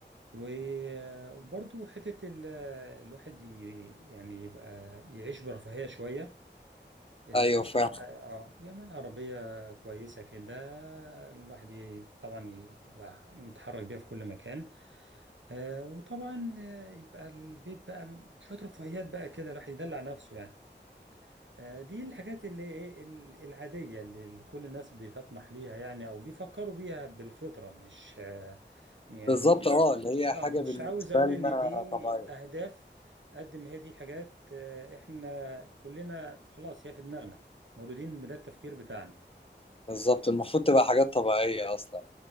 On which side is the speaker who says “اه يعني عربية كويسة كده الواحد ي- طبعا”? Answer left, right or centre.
Right